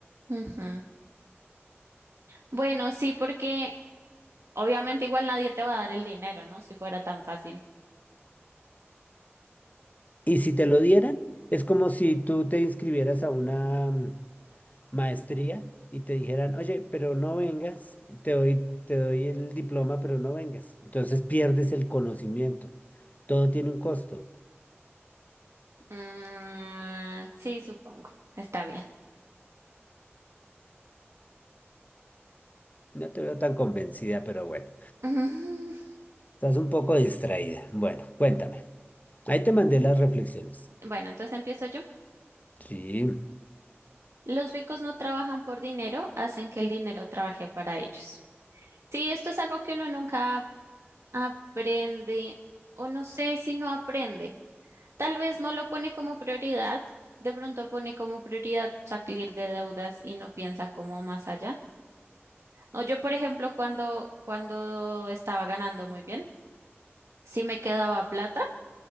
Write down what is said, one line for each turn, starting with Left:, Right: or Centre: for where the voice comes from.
Right: ujú. Bueno, sí, porque obviamente igual nadie te va a dar el dinero, ¿no? Si fuera tan fácil.
Left: Y si te lo dieran, es como si tú te inscribieras a una mm, maestría y te dijeran, oye, pero no vengas, te doy, te doy el diploma, pero no vengas. Entonces pierdes el conocimiento. Todo tiene un costo.
Right: Mm, sí, supongo, está bien.
Left: No te veo tan convencida, pero bueno,
Right: <laughs> Ujú.
Left: estás un poco distraída. Bueno, cuéntame. Ahí te mandé las reflexiones.
Right: Bueno, entonces empiezo yo.
Left: Sí.
Right: Los ricos no trabajan por dinero, hacen que el dinero trabaje para ellos. Sí, esto es algo que uno nunca aprende, o no sé si no aprende. Tal vez no lo pone como prioridad, de pronto pone como prioridad salir de deudas y no piensa como más allá. No, yo, por ejemplo, cuando, cuando estaba ganando muy bien, si me quedaba plata,